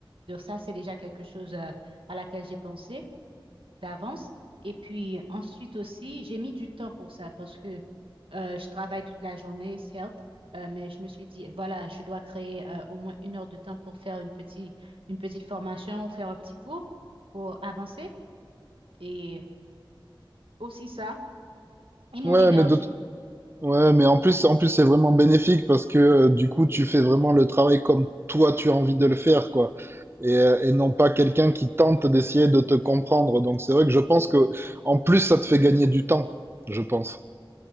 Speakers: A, on the right; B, on the right.
A: Donc ça, c'est déjà quelque chose euh, à laquelle j'ai pensé d'avance. Et puis ensuite aussi, j'ai mis du temps pour ça parce que euh, je travaille toute la journée, certes, euh, mais je me suis dit, voilà, je dois créer euh, au moins une heure de temps pour faire une petite, une petite formation ou faire un petit cours pour avancer. Et aussi ça, et mon
B: Ouais,
A: énergie.
B: mais de t- ouais, mais en plus, en plus, c'est vraiment bénéfique parce que euh, du coup, tu fais vraiment le travail comme toi, tu as envie de le faire, quoi. Et, euh, et non pas quelqu'un qui tente d'essayer de te comprendre. Donc, c'est vrai que je pense que, en plus, ça te fait gagner du temps, je pense.